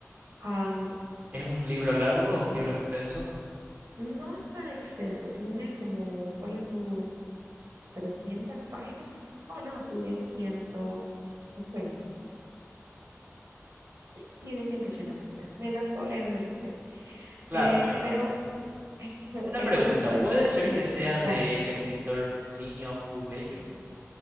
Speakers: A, on the right; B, on the right.
A: am,
B: ¿Es un libro largo? ¿Es un libro extenso?
A: no es tan extenso, tiene como, ponle tu 300 páginas. Oh, no, tiene ciento ochenta Sí, tiene 180 páginas. Me las puedo leer muy rápido.
B: Claro,
A: Eh,
B: Eh, claro.
A: pero
B: Ent-
A: <laughs>
B: Una
A: el
B: pregunta,
A: punto es
B: ¿puede ser
A: que,
B: que eh, sea
A: dale,
B: del escritor Plinio Puleyo?